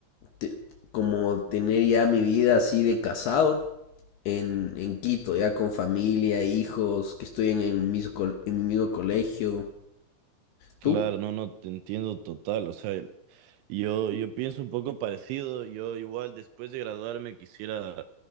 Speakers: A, on the left (about 70°); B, on the right (about 80°).
A: te- como tener ya mi vida así de casado en, en Quito, ya con familia, hijos, que estoy en el mismo, col- en mi mismo colegio.
B: Claro,
A: ¿Tú?
B: no, no, te entiendo total. O sea, Yo, yo pienso un poco parecido, yo igual después de graduarme quisiera,